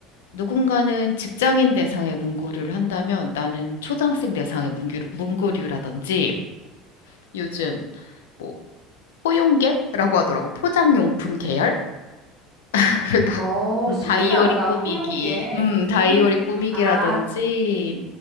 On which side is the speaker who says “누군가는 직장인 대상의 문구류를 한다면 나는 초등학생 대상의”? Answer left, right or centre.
Left